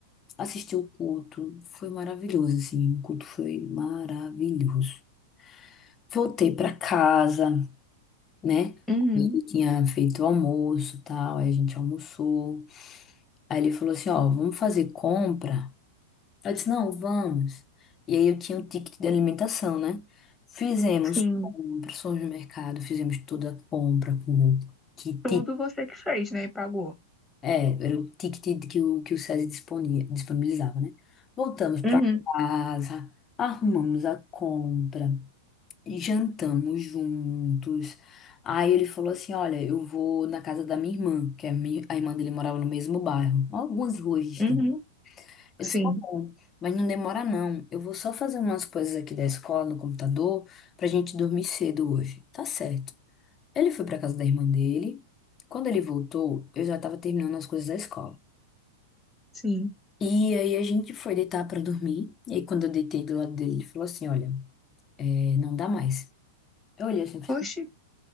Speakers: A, on the left; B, in the centre.
A: Assisti o culto, foi maravilhoso, assim, o culto foi maravilhoso. Voltei pra casa, né?
B: Uhum.
A: Aí Ele tinha feito o almoço e tal, aí a gente almoçou. Aí ele falou assim: ó, vamos fazer compra. Eu disse, não, vamos. E aí eu tinha o ticket de alimentação, né? Fizemos
B: Sim.
A: compras, fomos no mercado, fizemos toda a compra com o kit.
B: Tudo você que fez, né? E pagou.
A: É, era o ticket que o, que o SESI disponia, disponibilizava, né? Voltamos para
B: Uhum.
A: casa, arrumamos a compra, jantamos juntos. Aí ele falou assim, olha, eu vou na casa da minha irmã, que é a minha- a irmã dele morava no mesmo bairro, algumas ruas distantes.
B: Uhum.
A: Eu
B: Sim,
A: disse, tá bom, mas não demora não. Eu vou só fazer umas coisas aqui da escola no computador pra gente dormir cedo hoje. Tá certo. Ele foi pra casa da irmã dele. Quando ele voltou, eu já tava terminando as coisas da escola.
B: sim.
A: E aí a gente foi deitar pra dormir. E aí quando eu deitei do lado dele, ele falou assim, olha, é, não dá mais. Eu olhei assim, fico-
B: Oxe,